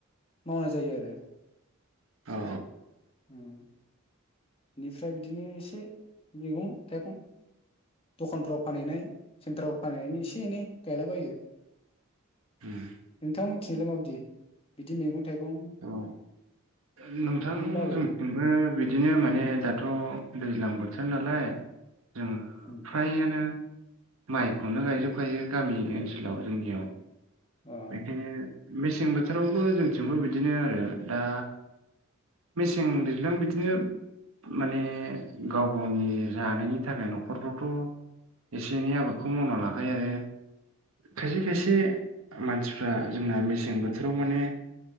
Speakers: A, on the left (about 25°); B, on the right (about 85°).
A: मावनाय जायो आरो
B: औ
A: उम निफ्राय बिदिनो एसे मैगं थाइगं दखानफ्राव फानहैनाय सेन्टारफ्राव फानहैनायनि एसे एनै गायला बायो
B: <inaudible>
A: नोंथां मोनथिनायलाय माबायदि बिदि मैगं थाइगं
B: अ नोंथां
A: बागै
B: <unintelligible> जोंबो बिदिनो माने दाथ' दैज्लां बोथोर नालाय जों ओ
A: <inaudible>
B: फ्रायानो माइखौनो गायजोब खायो गामि ओनसोलाव जोंनियाव
A: अ
B: बेखायनो मेसें बोथोरावबो जोंथिंबो बिदिनो आरो दा मेसें दैज्लां बिदिनो माने गाव गावनि जानायनि थाखाय न'खरफ्रावथ' एसे एनै आबादखौ मावना लाखायो आरो खायसे खायसे मानसिफ्रा जोंना मेसें बोथोराव माने